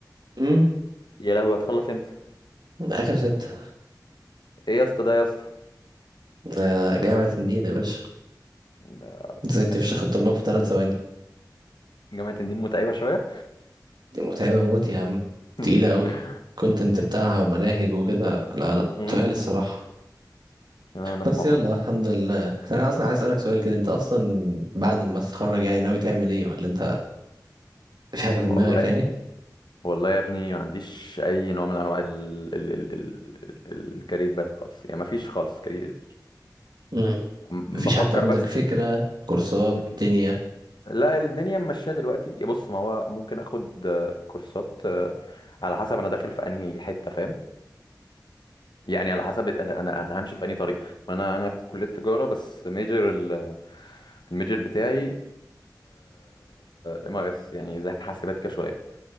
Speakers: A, on the right; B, on the left.
A: امم
B: يا لهوي هتخلص امتى
A: اخر ستة
B: ايه يا اسطى ده يا اسطى
A: آه جامعة النيل يا باشا
B: ده
A: ازاي
B: جامعة
A: تفشخ
B: النيل
A: الطلاب في ثلاث ثواني
B: جامعة النيل متعبة شوية
A: دي متعبة موت يا عم
B: <laughs>
A: تقيلة قوي كونتنت بتاعها ومناهج وكده لا لا
B: امم
A: تقال الصراحة
B: انا اسمع
A: بس يلا
B: برضه
A: الحمد لله انا اصلا عايز اسألك سؤال كده انت اصلا بعد ما تتخرج يعني ناوي تعمل ايه ولا انت في حاجة في
B: والله
A: دماغك يعني
B: والله يا ابني ما عنديش اي نوع من انواع ال... ال... ال... ال... ال... الكارير باث خالص يعني ما فيش خالص كارير
A: امم
B: م-
A: مفيش
B: بفكر
A: حتى عندك
B: بس
A: فكرة كورسات
B: م-
A: دنيا
B: لا الدنيا ماشيه دلوقتي يا بص ما هو ممكن اخد آه، كورسات آه، على حسب انا داخل في انهي حته فاهم يعني على حسب ال- انا انا همشي في انهي طريق ما انا انا في كليه تجاره بس ميجر الميجر بتاعي ام اس يعني زي حاسبات كده شويه